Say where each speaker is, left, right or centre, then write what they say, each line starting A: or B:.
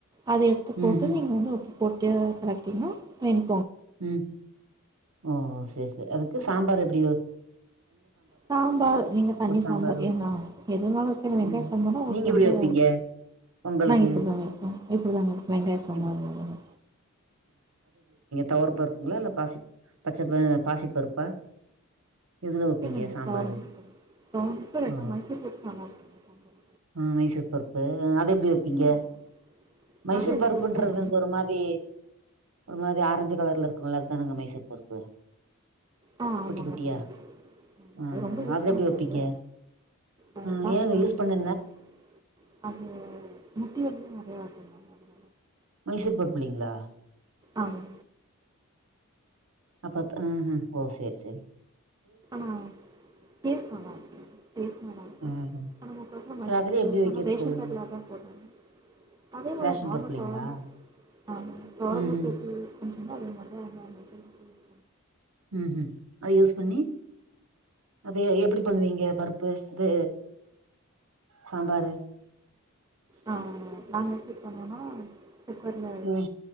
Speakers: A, on the right; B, on the right.
A: அத எடுத்து
B: ம்ஹும்
A: போட்டு நீங்க வந்து உப்பு போட்டு கலக்கிட்டீங்கனா வெண்
B: ம் ஓஹோ சேரி சேரி அதுக்கு சாம்பார் எப்பிடியோ
A: சாம்பார் நீங்க தண்ணி சாம்பார்
B: சாம்பாரு
A: எதுனாலு எதுனாலு வெக்கலா வெங்காய
B: ம்
A: சாம்பார்னா உங்களுக்கு
B: நீங்க
A: வந்து
B: எப்டி வைப்பீங்க பொங்கலுக்கு
A: நா இப்பிடிதா வெப்பே இப்பிடிதா வெப்பே வெங்காய சாம்பார்
B: எப்
A: அதாங்க
B: தொவர பருப்புங்களா இல்ல பாசி பச்ச ஆ பாசிப் பருப்பா எதுல வப்பீங்க
A: இல்லைங்க
B: சாம்பாரு?
A: துவரம் பருப்புங்க துவரம் பருப்பு இல்லாட்டா
B: ஓ
A: மைசூர் பருப்பு நல்லாருக்குங்க சாம்பார்
B: ஆ மைசூர்பரு ப்பு அது எப் டி வப்பீங்க?
A: ஆமாம்
B: மைசூர்
A: அது எல்லாருக்கும்
B: பருப்புன்றது வந்து ஒரு மாதிரி ஒரு மாரி ஆரஞ்சு கலர்ல இருக்குல்ல அதானங்க மைசூர் பருப்பு
A: ஆ ஆமாங்க
B: குட்டி குட்டியா?
A: அதா மைசூர் ப ம்
B: ம்.
A: அது ரொம்ப யூஸ்
B: அதுல
A: பண்ணக்கூடாது
B: எப்படி வைப்பீங்க?
A: அது
B: அ
A: எப்பாச்சுதா
B: ஏங்க
A: நம்ப
B: பண்ண
A: யூஸ் பண்ணனு அது முட்டி வலி நெறையா வருதுங்களாமா அதுல
B: மைசூர் பருப்புலீங்களா?
A: ஆமா
B: அப்பத் ஆ ஹா ஓ சேரி சேரி
A: ஆனா டேஸ்ட் நல்லா இருக்கு டேஸ்ட் நல்லா இருக்கு.
B: ம்ஹ்ம்.
A: ஆனா ஆமா <unintelligible> மைசூர்
B: சரி அதுலயே
A: பருப்பு
B: எப்படி
A: யூஸ்
B: வைக்கிறது
A: பண்ணனுனா ரேஷன்
B: சொல்லுங்க?
A: கடைலதா போடுறாங்க அதே மாரிதா
B: ரேஷன்
A: நார்மல்
B: பருப்பு இல்லீங்களா?
A: தொவரம்பருப்பு ஆமா ஆமா தொவரம்பருப்பு
B: ம்ஹ்ம்.
A: எப்டி யூஸ் பண்றீங்களோ அதே மாரிதா இது <inaudible> <unintelligible>
B: ம் ஹும் அது யூஸ் பண்ணி அது எப்டி பண்வீங்க பருப்பு து சாம்பாரு
A: ஆ நாங்க எப்டி பண்ணுவோனா குக்கர்ல
B: ம்